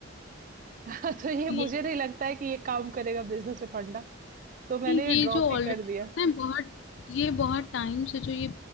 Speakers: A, on the right; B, on the left.
A: <laughs> तो ये
B: ये
A: मुझे नहीं लगता है कि ये काम करेगा बिजनेस में फंडा तो मैंने
B: ये
A: ये ड्रॉप
B: जो ऑलरेडी
A: ही कर दिया
B: पता है बहुत ये बहुत टाइम से जो ये